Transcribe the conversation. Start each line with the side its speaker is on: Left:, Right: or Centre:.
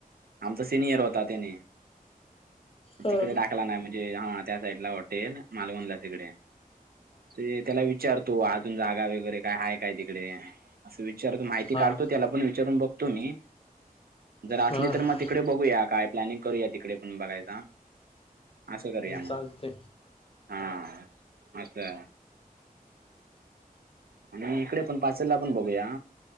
Right: आमचा सिनियर होता त्याने
Left: हा
Right: तिकडे टाकला नाही. म्हणजे हा त्या साईडला वाट तेन मालवणला तिकडे, सोई त्याला विचारतो, अजून जागा वगैरे काय आहे काय तिकडे? असं विचारतो, माहिती
Left: हा
Right: काढतो त्याला पण विचारून बघतो मी. जर असली
Left: हा
Right: तर मग तिकडे बघूया. काय प्लॅनिंग करूया तिकडे पण बघायला. असं करूया मग.
Left: चालते
Right: हा आता. आणि इकडे पण पाचंडला ला पण बघूया.